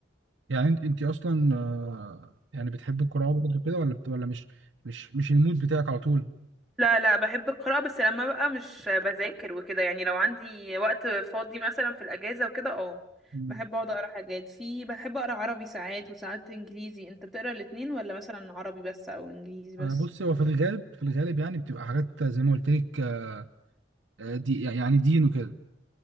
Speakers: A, on the right; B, in the centre.
A: يعني انت انت اصلا آه، يعني بتحب القراءه برضه كده ولا بت- ولا مش مش مش المود بتاعك على طول
B: لا لا بحب القراءة بس لما بقى مش بذاكر وكده يعني لو عندي وقت فاضي مثلا في الأجازة وكده اه
A: مم.
B: بحب اقعد اقرا حاجات في بحب اقرا عربي ساعات وساعات انجليزي انت بتقرا الاتنين ولا مثلا عربي بس او انجليزي
A: آه،
B: بس
A: بص هو في الغالب في الغالب يعني بتبقى حاجات زي ما قلت لك آه، آه، دي يعني دين وكده